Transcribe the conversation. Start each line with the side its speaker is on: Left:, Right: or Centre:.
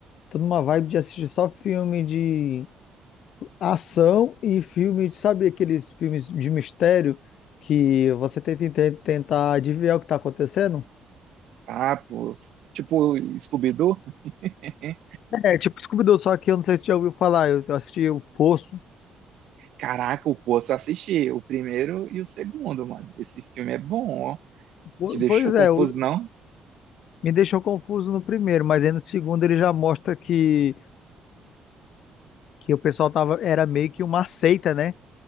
Left: tô numa vibe de assistir só filme de ação e filme, de- sabe aqueles filmes de mistério que você tenta ente- tentar adivinhar o que tá acontecendo?
Right: Ah, pô, tipo, Scooby-Doo? né?
Left: É, tipo Scooby-Doo, só que eu não sei se já ouviu falar, eu eu assisti o Poço.
Right: Caraca, o só assisti o primeiro e o segundo, mano. Esse filme é bom, ó.
Left: Po-
Right: Te deixou
Left: Pois
Right: confuso,
Left: é, o-
Right: não?
Left: me deixou confuso no primeiro, mas aí no segundo ele já mostra que, que o pessoal tava, era meio que uma seita, né?